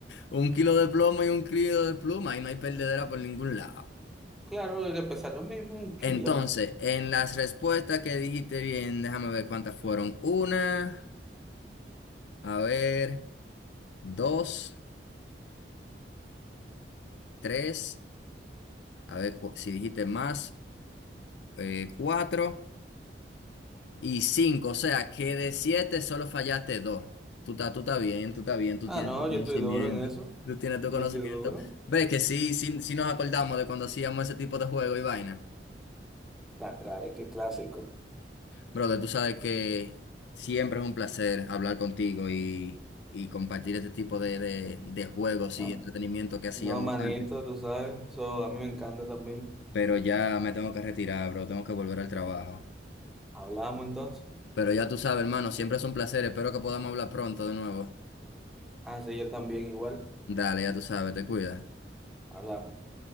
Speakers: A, on the left (about 70°); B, in the centre.
A: Un kilo de plomo y un kilo de pluma y no hay perdedera por ningún lado.
B: Claro, hay que pesar lo mismo, un kilo.
A: Entonces, en las respuestas que dijiste bien, déjame ver cuántas fueron. Una, a ver, dos, tres, a ver cu- si dijiste más, eh, cuatro. Y cinco, o sea que de siete solo fallaste dos. Tú estás tú estás bien, tú estás bien, tú
B: Ah,
A: tienes
B: no,
A: tu conocimiento,
B: yo estoy duro en eso.
A: tú tienes tu
B: Yo
A: conocimiento.
B: estoy duro.
A: Ves que sí, sí, sí nos acordamos de cuando hacíamos ese tipo de juego y vaina.
B: Chantrales, qué clásico.
A: Brother, tú sabes que siempre es un placer hablar contigo y, y compartir este tipo de, de, de juegos
B: No,
A: y entretenimiento que hacíamos
B: no, manito,
A: antes.
B: tú sabes. Eso a mí me encanta también.
A: Pero ya me tengo que retirar, bro, tengo que volver al trabajo.
B: Hablamos entonces.
A: Pero ya tú sabes, hermano, siempre es un placer, espero que podamos hablar pronto de nuevo.
B: Ah, sí, yo también igual.
A: Dale, ya tú sabes, te cuidas.
B: Hablamos.